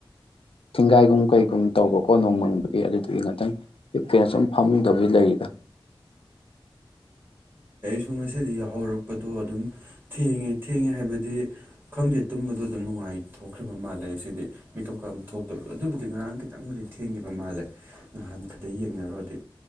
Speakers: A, on the left (about 75°); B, on the right (about 25°).
A: ꯊꯦꯡꯒꯥꯏꯒꯨꯝ ꯀꯩꯒꯨꯝ ꯇꯧꯕꯀꯣ ꯅꯣꯡꯃꯪꯕꯒꯤ ꯑꯗꯨꯗꯨꯗꯒꯤ ꯉꯥꯛꯇꯪ ꯍꯤꯞꯀꯦꯅ ꯁꯨꯝ ꯐꯥꯔꯃꯤꯡ ꯇꯧꯕꯗꯤ ꯂꯩꯔꯤꯗ
B: ꯁ ꯉꯁꯤꯗꯤ ꯌꯥꯎꯍꯧꯔꯛꯄ ꯇꯄꯗꯣ ꯑꯗꯨꯝ ꯊꯦꯡꯉꯦ ꯊꯦꯡꯉꯦ ꯍꯥꯏꯕꯗꯤ ꯈꯪꯗꯦ ꯇꯨꯝꯕꯗꯣ ꯑꯗꯨꯝ ꯅꯨꯡꯉꯥꯏ ꯊꯣꯛꯈ꯭ꯔꯕ ꯃꯥꯜꯂꯦ ꯉꯁꯤꯗꯤ ꯃꯦꯀꯞꯀ ꯊꯣꯛꯇꯕꯗꯣ ꯑꯗꯨꯕꯨꯗꯤ ꯉꯔꯥꯡ ꯈꯤꯇꯪꯕꯨꯗꯤ ꯊꯦꯡꯈꯤꯕ ꯃꯥꯜꯂꯦ ꯅꯍꯥꯟ ꯈꯗꯩ ꯌꯦꯡꯅꯔꯨꯔꯗꯤ